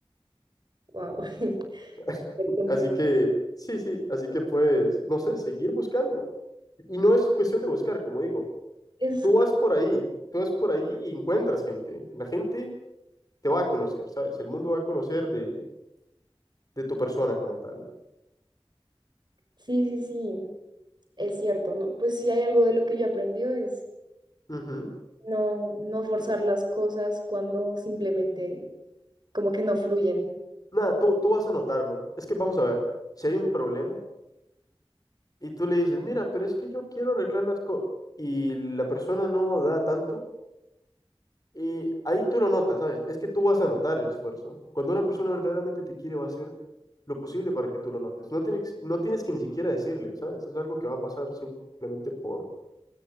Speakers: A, on the right; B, on the left.
A: Wow. <laughs>
B: <laughs>
A: Entonces,
B: Así que, sí, sí, así que puedes, no sé, seguir buscando. Y no es cuestión de buscar, como digo,
A: es,
B: tú
A: co-
B: vas por ahí, tú vas por ahí y encuentras gente. La gente te va a conocer, ¿sabes? El mundo va a conocer de, de tu persona como tal.
A: sí, sí, sí, es cierto, ¿no? Pues sí hay algo de lo que yo aprendí es
B: Ujú.
A: no, no forzar las cosas cuando simplemente como que no fluyen.
B: Nada, tú, tú vas a notarlo. Es que vamos a ver, si hay un problema y tú le dices, mira, pero es que yo quiero arreglar las cosas y la persona no da tanto, y ahí tú lo notas, ¿sabes? Es que tú vas a notar el esfuerzo. Cuando una persona verdaderamente te quiere, va a hacer lo posible para que tú lo notes. No tienes, no tienes que ni siquiera decirle, ¿sabes? Es algo que va a pasar simplemente por,